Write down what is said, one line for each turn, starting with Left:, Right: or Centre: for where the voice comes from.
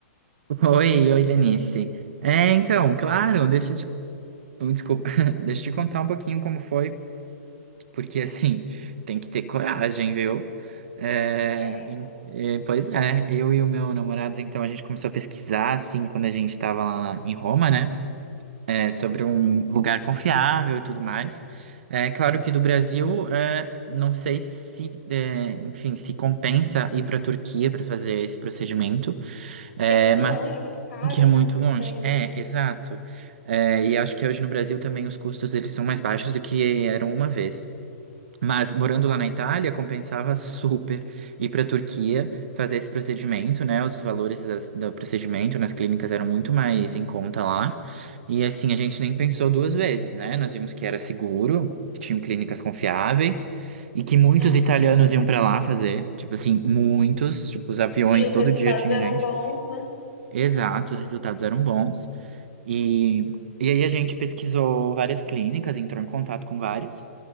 Right: Oi, oi, Lenice. É, então, claro, deixa eu te, hum, desculpa, <laughs> deixa eu te contar um pouquinho como foi, porque assim, tem que ter coragem, viu? É,
Left: É,
Right: em- é, pois é, eu e o meu namorado, então, a gente começou a pesquisar, assim, quando a gente tava lá na- em Roma, né? É, sobre
Left: aham.
Right: um lugar confiável e tudo mais. É claro que do Brasil, é, não sei se, é, enfim, se compensa ir para a Turquia para fazer esse procedimento. É,
Left: Que é muito
Right: mas
Left: longe, muito caro,
Right: que é muito
Left: né?
Right: longe.
Left: Daí.
Right: É, exato. É, e acho que hoje no Brasil também os custos eles são mais baixos do que eram uma vez. Mas morando lá
Left: Uhum.
Right: na Itália, compensava super ir para a Turquia fazer esse procedimento, né? Os valores das- do procedimento nas clínicas eram muito mais em conta lá. E assim, a gente nem pensou duas vezes, né? Nós vimos que era seguro, que tinham clínicas confiáveis e que muitos
Left: Aham.
Right: italianos iam para lá fazer. Tipo assim, muitos. Tipo, os aviões,
Left: E os
Right: todo
Left: resultados
Right: dia tinha
Left: eram
Right: gente.
Left: bons, né?
Right: Exato, os resultados eram bons. E, e aí a gente pesquisou várias clínicas, entrou em contato com várias,